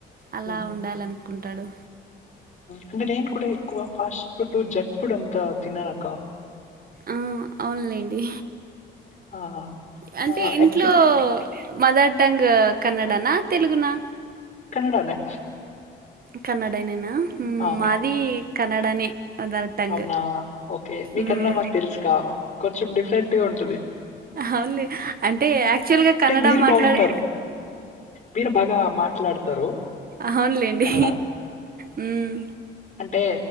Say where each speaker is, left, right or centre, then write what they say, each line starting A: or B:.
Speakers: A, on the right; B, on the left.
A: అలా
B: హ్మ్.
A: ఉండాలనుకుంటాడు
B: అంటే నేను కూడా ఎక్కువ ఫాస్ట్ ఫుడ్ జంక్ ఫుడ్ అంతా తిననక్క
A: ఆ అవునులేండి
B: ఆ
A: అంటే
B: ఆ,
A: ఇంట్లో
B: యాక్చువల్లీ
A: మదర్ టంగ్ కన్నడానా తెలుగునా
B: కన్నడనేే
A: కన్నడనేనా
B: ఆ,
A: మాది కన్నడనే మదర్ టంగ్.
B: అవునా ఓకే మీకన్నా
A: హ్మ్.
B: మాకు తెలుసు కా కొంచెం డిఫరెంట్ గా ఉంటుది
A: అవుంది అంటే యాక్చువల్ గా కన్నడ
B: మీరు
A: మాట్లాడే
B: బాగుంటారు మీరు బాగా మాట్లాడతారు
A: అవునులెండి.
B: కన్నడ
A: హ్మ్.
B: అంటే